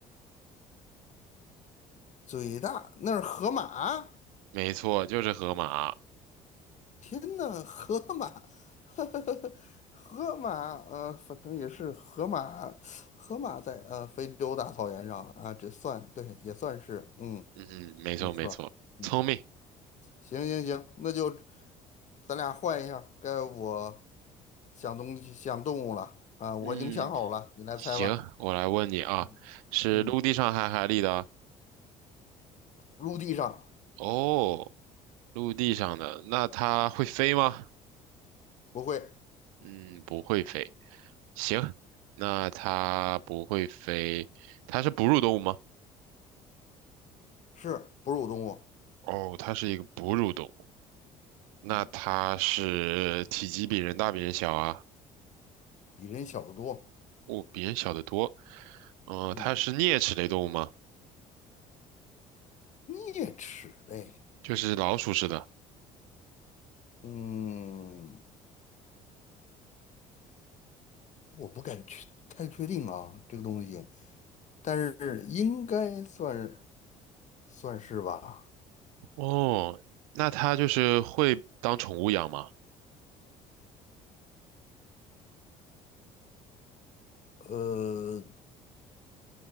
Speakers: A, on the left (about 45°); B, on the right (about 80°).
A: 嘴大，那是河马。
B: 没错，就是河马。
A: 天呐，河马，<laughs> 河马，呃，反正也是河马，河马在呃非洲大草原上啊，这算对，也算是，嗯，
B: 嗯，没错没错，
A: 没错儿嗯，
B: 聪明。
A: 行行行，那就咱俩换一下该我想东西想动物了啊，我已经想好了，
B: 嗯，
A: 你来猜吧。
B: 行，我来问你啊，
A: 嗯
B: 是陆地上还是海里的啊？
A: 嗯，陆地上
B: 哦，陆地上的，那它会飞吗？
A: 不会。
B: 嗯，不会飞。行，那它不会飞，它是哺乳动物吗？
A: 是哺乳动物，
B: 哦，它是一个哺乳动物。那它是体积比人大，
A: 嗯，
B: 比人小啊？
A: 比人小得多，
B: 哦，比人小得多。嗯、
A: 嗯，
B: 它是啮齿类动物吗？
A: 啮齿类，
B: 就是老鼠似的。
A: 嗯，我不敢确太确定啊，这个东西，但是应该算算是吧，
B: 哦，那它就是会当宠物养吗？
A: 呃，